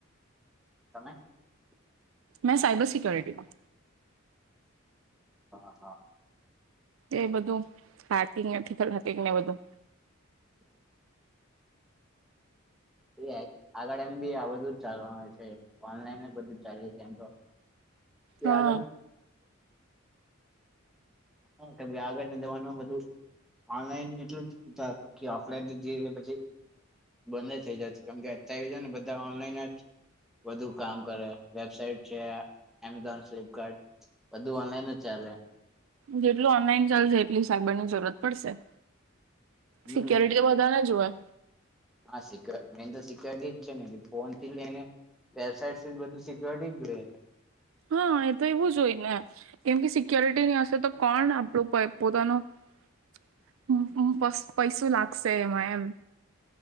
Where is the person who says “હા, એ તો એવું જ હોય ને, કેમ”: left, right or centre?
Right